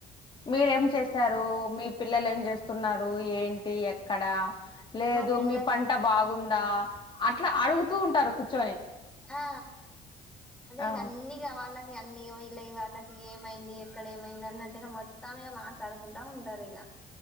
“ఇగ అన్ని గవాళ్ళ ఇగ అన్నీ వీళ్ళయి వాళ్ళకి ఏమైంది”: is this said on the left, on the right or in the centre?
Centre